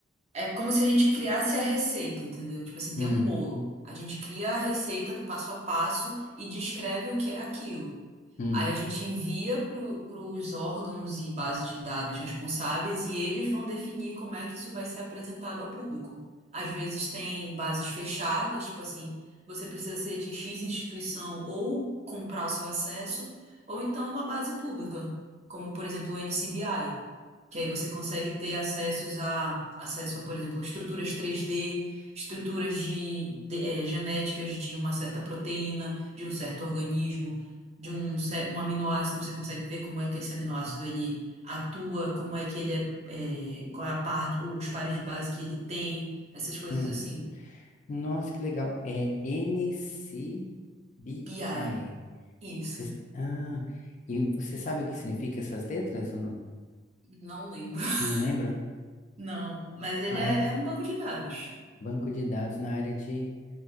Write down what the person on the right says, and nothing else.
É como se a gente criasse a receita, entendeu? Tipo assim,
tem um bolo. A gente cria a receita do passo a passo e descreve o que é aquilo.
Aí a gente envia para os órgãos e base de dados responsáveis e eles vão definir como é que isso vai ser apresentado ao público. Às vezes tem bases fechadas, tipo assim, você precisa ser de X instituição ou comprar o seu acesso, ou então uma base pública, como por exemplo o NCBI, que aí você consegue ter acessos a acesso a, por exemplo, estruturas 3D, estruturas de, de- eh, genéticas de uma certa proteína, de um certo organismo de um, ce- um aminoácido, você consegue ver como é que esse aminoácido ele atua, como é que ele é, é, qual é a parte, os pares de base que ele tem, essas coisas
assim.
BI, isso.
Não lembro. <laughs>
Não, mas ele
é,
é um banco de dados.